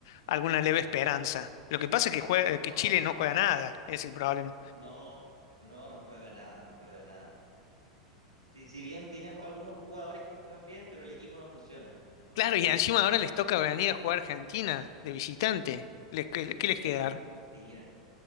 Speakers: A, on the left; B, on the right.
A: alguna leve esperanza. Lo que pasa es que, juega- que
B: No,
A: Chile no juega nada, es el problema.
B: no, no, no juega nada, no juega nada. Si, si bien tiene ju- algunos jugadores que juegan bien, pero el equipo no funciona. No,
A: Claro,
B: el equipo
A: y encima
B: no funciona.
A: ahora les toca venir a jugar a Argentina de visitante. Les, ¿qué, qué les
B: De
A: queda?
B: Argentina.